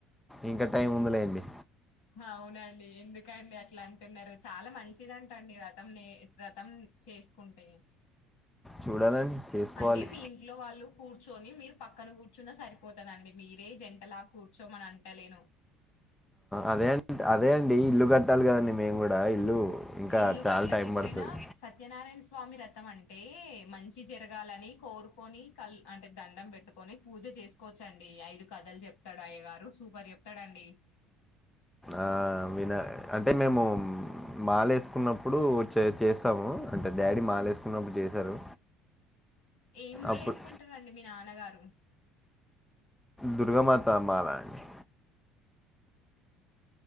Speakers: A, in the centre; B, on the left.
A: ఇంకా టైం ఉందిలేండి
B: అవునండి ఎందుకండి అట్లా అంటున్నారు చాలా మంచిదంట అండి వ్రతం నే వ్రతం చేసుకుంటే
A: చూడాలండి చేసుకోవాలి
B: అంటే మీ ఇంట్లో వాళ్ళు కూర్చొని మీరు పక్కన కూర్చున్న సరిపోతదండి మీరే జంట లా కూర్చో మన అంటలేను
A: అదే అండిఅదే ఇల్లు కట్టాల కదా మేము కూడా ఇల్లు ఇంకా
B: ఇల్లు
A: చాలా
B: కట్టకపోయినా
A: టైం పడుతది
B: సత్యనారాయణ స్వామి వ్రతంఅంటే మంచి జరగాలని కోరుకొని కల్ అంటే దండం పెట్టుకొని పూజ చేసుకోవచ్చండి ఐదు కథలు చెప్తాడు అయ్యగారు సూపర్ చెప్తాడండి
A: ఆ విన అంటే మేము మాలేసుకున్నప్పుడు చెచేస్తాము అంటే డాడీ మాల వేసుకున్నప్పుడు చేశారు
B: ఏం మాలేసుకుంటా
A: అప్పుడు
B: రండిమీ నాన్న నానగారు
A: దుర్గామాత మాల అండి